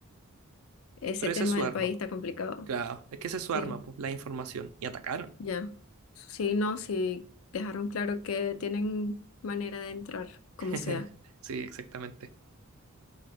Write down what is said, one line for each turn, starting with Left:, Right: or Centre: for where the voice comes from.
Left: ese
Right: Pero
Left: tema
Right: esa es su
Left: del
Right: arma,
Left: país
Right: po.
Left: está complicado.
Right: Claro, es que esa es su
Left: Sí,
Right: arma, po, la información. Y atacaron.
Left: ya, sí, no, sí, dejaron claro que tienen manera de entrar, como
Right: <laughs>
Left: sea.
Right: Sí, exactamente.